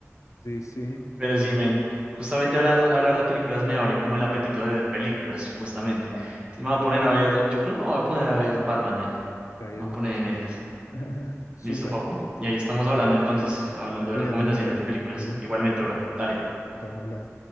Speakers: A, on the left; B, on the right.
A: Sí, sí,
B: Pero
A: era
B: sí,
A: bien
B: men,
A: caro.
B: justamente hablar, hablar de películas me abre como el apetito de ver películas, justamente.
A: Vale,
B: Entonces me voy a poner a ver, yo creo que me voy a poner a ver Batman, men.
A: caballero
B: Me voy a poner
A: de la noche.
B: en esas.
A: <laughs> Súper,
B: ¿Listo, papu? Y ahí estamos
A: vamos,
B: hablando entonces, hablando
A: cuídate
B: de recomendaciones
A: mucho.
B: de películas.
A: Un gusto.
B: Igualmente, bro. Dale.
A: Chao, hablamos.